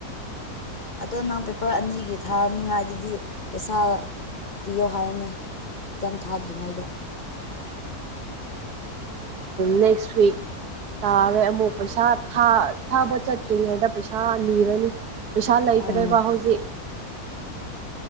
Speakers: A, on the left; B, on the right.
A: ꯑꯗꯣ ꯅꯪ ꯄꯦꯄꯔ ꯑꯅꯤꯒꯤ ꯊꯥꯅꯤꯡꯉꯥꯏꯗꯧꯗꯤ ꯄꯩꯁꯥ ꯄꯤꯌꯣ ꯍꯥꯏꯌꯨꯅꯦ ꯑꯦꯛꯖꯥꯝ ꯊꯥꯗ꯭ꯔꯤꯉꯩꯗ
B: ꯅꯦꯛꯁ ꯋꯤꯛ ꯇꯥꯔꯦ ꯑꯃꯨꯛ ꯄꯩꯁꯥ ꯊꯥ ꯊꯥꯕ ꯆꯠꯇ꯭ꯔꯤꯉꯩꯗ ꯄꯩꯁꯥ ꯅꯤꯔꯅꯤ ꯄꯩꯁꯥ ꯂꯩꯇ꯭ꯔꯦꯕ
A: ꯎꯝ
B: ꯍꯧꯖꯤꯛ